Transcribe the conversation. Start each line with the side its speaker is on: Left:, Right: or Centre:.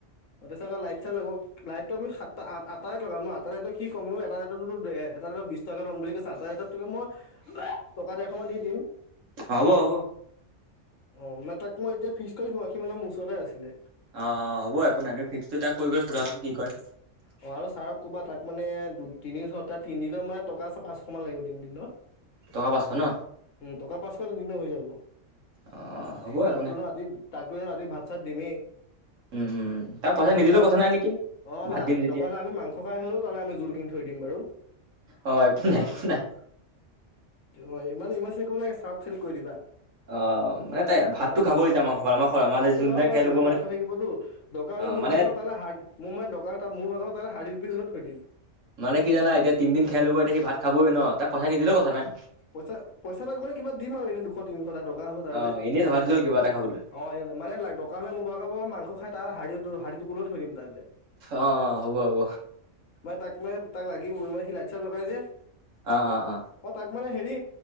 Left: আকৌ লাইট চাই লাগিব লাইটটো আমি সাতটা আঠ আঠ, আটত লগাম ন আ এটাত সি কম এটাত এটাত, <unintelligible> তাকে ল'ম বুলি কৈছা ত, এতা তোকে মই টকা ডৰশ মান দি দিম।
Right: হ'ব হ'ব
Left: অ মানে তাক মই এতিয়া ফিকচ কৰিদিও সি মানে মোৰ ওচৰতে আছিলে।
Right: অ হ'ব একো নাই তুমি ফিক্সটো তাক কৰি কৰি সোধাচোন কি কয়
Left: অ আৰু ছাৰক ক'বা তাক মানে দু তিনি তাত তিনিদিনৰ মানে টকা আছে পাঁচশ মান লাগিব তিনিদিনৰ,
Right: টকা পাঁচশ ন
Left: উম টকা পাঁচক দিলে হৈ যাব।
Right: অ হ'ব
Left: আৰু তাকটো
Right: একো নাই
Left: তওঁ ৰাতি তাকটো তও ৰাতি ভাত চাত দিমেই,
Right: উম উম তাক পইচা
Left: দকা
Right: নিদিলেও
Left: হলে
Right: কথা নাই নেকি
Left: অ
Right: ভাত
Left: নথ
Right: দিম যেতিয়াই
Left: দকা হ'লে আমি মাংস খাই হ'লেও তাল আমি জোলখিনি থৈ দিম বাৰু।
Right: অ একো নাই একো নাই
Left: ত মানে ইমান ইমাজেনচি কৰিব নালাগে চাৰক খালি কই দিবা।
Right: অ মানে তাই ভাতটো
Left: টকা
Right: খাব যেতিয়া মাংস আমাৰ আমাৰ
Left: ভাতটো
Right: যোনদিনা
Left: খাবা বাৰু
Right: খেল
Left: মানে
Right: হ'ব
Left: মাংস থাকিবতো <unintelligible>
Right: অ
Left: মোৰ
Right: মানে
Left: ভাগৰ ত হ মোৰ মান দকাৰ ত মোৰাগৰ ত হাৰ্দি দুপিছ হলোঁ থৈ দিম।
Right: নহ'লে কি জানা এতিয়া তিনদিন খেল হ'ব এতিয়া সি ভাত খাবই ন তাক। পইচা নিদিলেও কথা নাই
Left: পইচা পইচা তাক মানে কিবা দিম আৰু এনে দুশ তিনিশটা টকা হ'ব তাৰে
Right: অ
Left: যে।
Right: এনেই ধৰা দি ল'ল কিবা এটা খাবলৈ
Left: অ মানে দৰকা হলে মোৰ ভাগৰ মাংস খাই তাৰ শ়ীো শাাৰী টুুলও থৈ দিম তাললে। <unintelligible>
Right: অ হ'ব, হ'ব।
Left: মানে তাক মানে তাক লাগিবই মে শি লাইট চাইট লগাই যে।
Right: অ', অ', অ।
Left: তাক মানে হেৰি